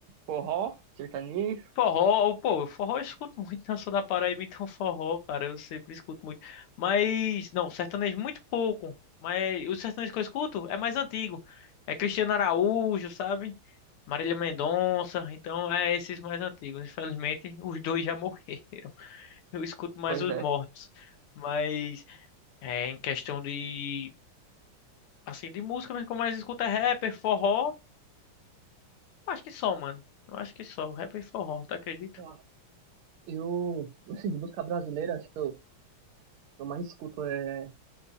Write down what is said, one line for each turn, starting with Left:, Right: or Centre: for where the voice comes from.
Right: Forró, sertanejo?
Left: Forró, pô, forró eu escuto muito, né? eu sou da Paraíba, então forró, cara, eu sempre escuto muito. Mas, não, sertanejo muito pouco. Mas o sertanejo que eu escuto é mais antigo. É Cristiano Araújo, sabe? Marília Mendonça, então é esses mais antigos. Infelizmente, os dois já <laughs> morreram. Eu escuto mais
Right: Pois
Left: os
Right: é.
Left: mortos. Mas, é, em questão de, assim, de música, mas que eu mais escuto é rapper, forró. Eu acho que só, mano. Eu acho que só, rapper e forró, tá acredito?
Right: Ah, Eu, assim, de música brasileira, acho que eu, eu mais escuto é,